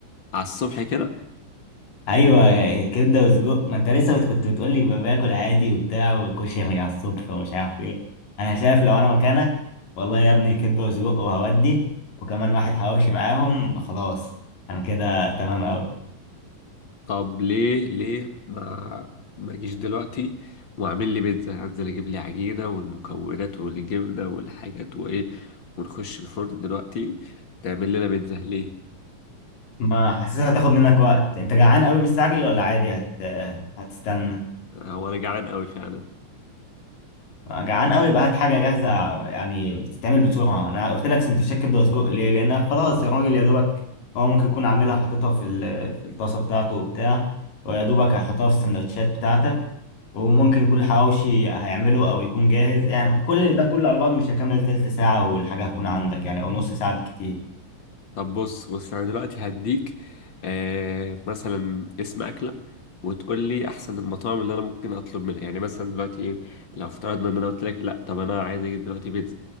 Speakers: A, on the left; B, on the left.
A: على الصبح كده
B: ايوه يعني كبده وسجق ما انت لسه بت- كنت بتقول لي ب- باكل عادي وبتاع وكشري على الصبح ومش عارف ايه انا شايف لو انا مكانك والله يا ابني كبده وسجق وهودي وكمان واحد حواوشي معاهم خلاص انا كده تمام قوي
A: طب ليه ليه ما ما أجيش دلوقتي وأعمل لي بيتزا أنزل أجيب لي عجينة والمكونات والجبنة والحاجات وإيه ونخش الفرن دلوقتي نعمل لنا بيتزا ليه
B: ما حاسسها هتاخد منك وقت انت جعان قوي مستعجل ولا عادي هت... هتستنى
A: هو أنا جعان أوي فعلا
B: جعان قوي يبقى هات حاجه جاهزه يعني بتتعمل بسرعه انا قلت لك سندوتشات كبده وسجق ليه لان خلاص يا راجل يا دوبك هو ممكن يكون عاملها حاططها في ال- في الطاسه بتاعته وبتاع ويا دوبك هيحطها في السندوتشات بتاعتك وممكن يكون الحواوشي هيعمله او يكون جاهز يعني كل ده كله على بعضه مش هيكمل تلت ساعه والحاجه هتكون عندك يعني او نص ساعه بالكتير
A: طب بص بص انا دلوقتي هديك آه مثلا اسم اكله وتقول لي احسن المطاعم اللي انا ممكن اطلب منها يعني مثلا دلوقتي ايه لو افترضنا ان انا قلت لك لا طب انا عايز اجيب دلوقتي بيتزا